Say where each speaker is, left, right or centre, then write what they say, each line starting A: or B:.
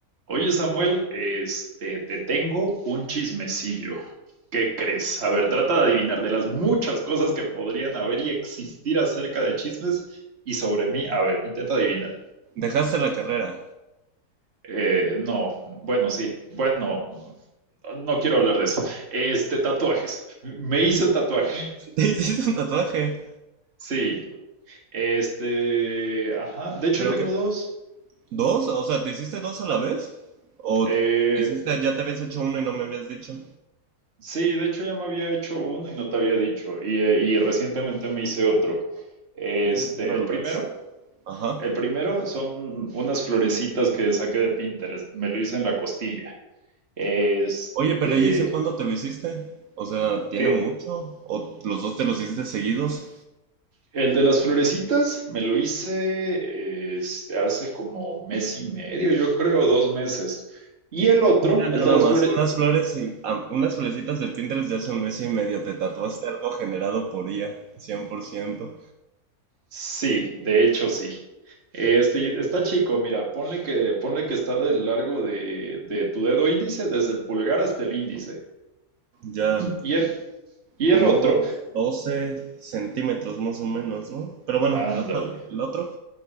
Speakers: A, on the right; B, on the right.
A: Oye, Samuel, este, te tengo un chismecillo. ¿Qué crees? A ver, trata de adivinar de las muchas cosas que podrían haber y existir acerca de chismes y sobre mí. A ver, intenta adivinar.
B: Dejaste la carrera.
A: Eh, no, bueno, sí, bueno, no quiero hablar de eso. Este, tatuajes. Me hice un tatuaje.
B: <laughs> ¿Te hiciste un tatuaje?
A: Sí, este, ajá, de hecho
B: ¿Pero
A: tengo
B: qué?
A: dos.
B: ¿Dos? O sea, ¿te hiciste dos a la vez? ¿O
A: Eh,
B: te hiciste, ya te habías hecho uno y no me habías dicho?
A: Sí, de hecho ya me había hecho uno y no te había dicho. Y, eh, y recientemente me hice otro. Este,
B: Mira, nada
A: el
B: más.
A: primero,
B: Ajá.
A: el primero son unas florecitas que saqué de Pinterest. Me lo hice en la costilla. Este,
B: Oye, pero ¿y ese cuándo te lo hiciste? O sea, ¿tiene
A: eh,
B: mucho? ¿O los dos te los hiciste seguidos?
A: el de las florecitas me lo hice este, hace como mes y medio, yo creo, dos meses. Y el otro,
B: Mira, nada
A: el de las
B: más,
A: flores,
B: unas flores y ah, unas florecitas de Pinterest de hace un mes y medio. Te tatuaste algo generado por I A, cien por ciento
A: Sí, de hecho sí. Este, está chico, mira, ponle que, ponle que está del largo de, de tu dedo índice, desde el pulgar hasta el índice.
B: Ya.
A: Y el, y
B: como
A: el otro,
B: unos 12 centímetros más o menos, ¿no? Pero bueno,
A: ándale.
B: el, ajá, el otro,